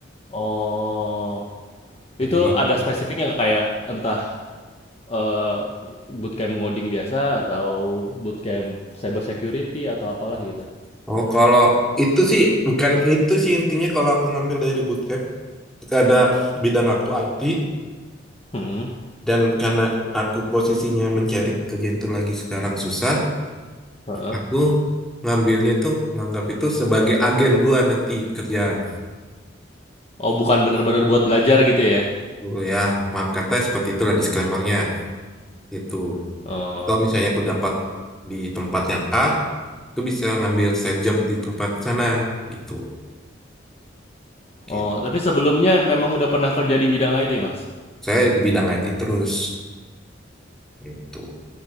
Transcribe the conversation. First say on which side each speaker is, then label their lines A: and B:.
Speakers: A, on the left (about 35°); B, in the centre.
A: Oh, itu
B: jadi
A: ada spesifiknya nggak kayak entah, eee, bootcamp ngoding biasa atau bootcamp cyber security atau apalah gitu?
B: oh kalau itu sih bukan itu sih intinya kalau aku ngambil dari bootcamp karena bidang aku IT
A: Hmm,
B: dan karena aku posisinya mencari pekerjaan itu lagi sekarang susah
A: heeh.
B: aku ngambilnya itu nganggap itu sebagai agen gua nanti kerjaan
A: Oh bukan bener-bener buat belajar gitu ya?
B: oh ya maaf kata seperti itulah disclaimernya itu
A: Oh,
B: atau misalnya aku dapat di tempat yang A itu bisa ngambil side job di tempat sana gitu. Gitu.
A: oh tapi sebelumnya memang udah pernah kerja di bidang IT, Mas?
B: Saya di bidang IT terus gitu.